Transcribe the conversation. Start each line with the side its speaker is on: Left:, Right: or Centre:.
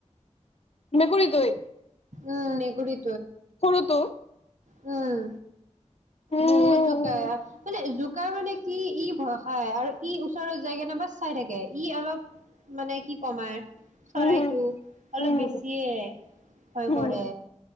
Left: মেকুৰিতোই।
Right: উম মেকুৰি
Left: কৰোটো।
Right: উম।
Left: উম
Right: বহুত জোকাৰ মানে জ কুকাৰ মানে কি ই ভয় খায় আৰু ই ওচৰত যায় কেনে বা চাই থাকে ই অলপ মানে কি কমাৰ চৰাইটো
Left: উম
Right: অলপ
Left: উম
Right: বেছিয়ে ভয়
Left: উম
Right: কৰে